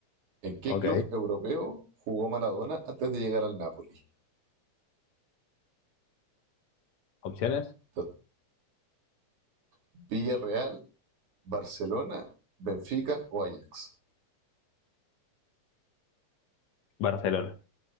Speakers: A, on the right; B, on the left.
A: ¿En qué
B: Ok.
A: club europeo jugó Maradona antes de llegar al Napoli?
B: Opciones,
A: Entonces, Villarreal, Barcelona, Benfica o Ajax.
B: Barcelona.